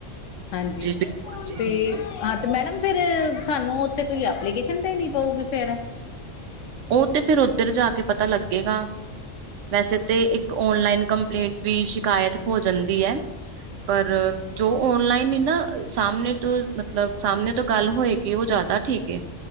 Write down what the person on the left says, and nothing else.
ਹਾਂਜੀ
ਤੇ ਹਾਂ ਤੇ ਮੈਡਮ ਫੇਰ ਸਾਨੂੰ ਓਥੇ ਕੋਈ ਐਪਲੀਕੇਸ਼ਨ ਦੇਣੀ ਪਊਗੀ ਫੇਰ